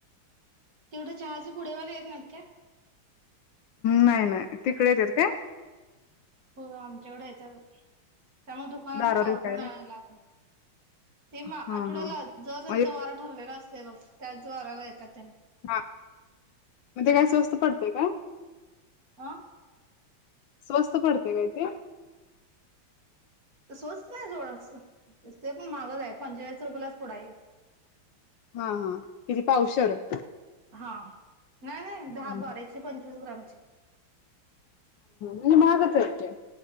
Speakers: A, on the right; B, on the left.
A: तेवढं चहाचे पुढवाला येत ना का
B: नाही-नाही तिकडे येत्यात काय?
A: हो आमच्याकडं याच्या त्यामुळे दुकाना
B: दारावर
A: पावडर
B: विकायला
A: आणयला लागलं ते म
B: हा
A: आठवड्याला
B: हा.
A: जर त्यांचा
B: म्हणजे
A: वार ठरलेला अस ते बघ त्याच द्वाराला येतात त्यांनी.
B: हा म ते काय स्वस्त पडतय का?
A: आं?
B: स्वस्त पडते काय ते?
A: स्वस्त नाही <unintelligible> ते पण माहगच आहे पंचेचाळीस रुपयालाच पुडा ईल
B: हा-हा किती पावशर?
A: हां नाही- नाही
B: हा
A: दहा बारा एकशे पंचवीस ग्रामचे.
B: आणि महागच आहे की